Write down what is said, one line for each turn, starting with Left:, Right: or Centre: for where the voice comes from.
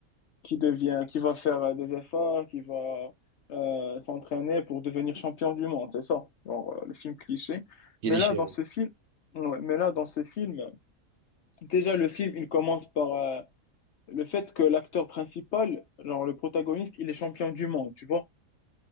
Left: qui devient, qui va faire euh, des efforts, qui va euh, s'entraîner pour devenir champion du monde, c'est ça. Bon, euh, les films clichés.
Right: Il
Left: Mais
Right: est
Left: là,
Right: chez
Left: dans
Right: oui.
Left: ce film, ouais, mais là, dans ce film, déjà le film, il commence par euh, le fait que l'acteur principal, genre le protagoniste, il est champion du monde, tu vois.